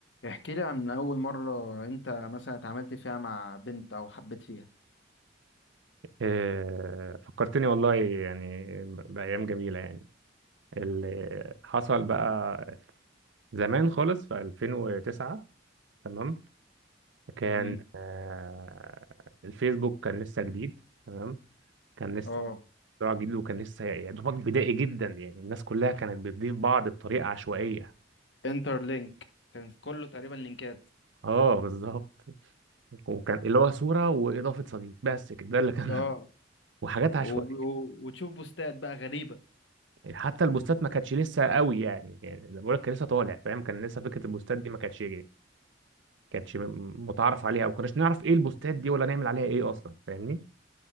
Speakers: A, on the left (about 70°); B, on the right (about 75°).
A: احكي لي عن أول مرة أنت مثلا اتعاملت فيها مع بنت أو حبيت فيها
B: إيه، فكرتني والله يعني بأيام جميلة يعني اللي حصل بقى زمان خالص في 2009 تمام كان
A: امم
B: آه، الفيسبوك كان لسه جديد تمام كان لسه
A: اه
B: اختراع جديد وكان لسه يا دوبك بدائي جدا يعني الناس كلها كانت بتضيف بعض بطريقة عشوائية
A: انتر لينك كان كله تقريبا لينكات
B: اه بالظبط وكان اللي هو صورة وإضافة صديق بس كده ده اللي كان
A: اه
B: <laughs> وحاجات عشوائية
A: وب... و... وتشوف بوستات بقى غريبة
B: حتى البوستات ما كانتش لسه قوي يعني يعني زي ما بقول لك كان لسه طالع فاهم كان لسه فكره البوستات دي ما كانتش كانتش م- متعارف عليها او كناش نعرف ايه البوستات دي ولا نعمل عليها ايه اصلا فاهمني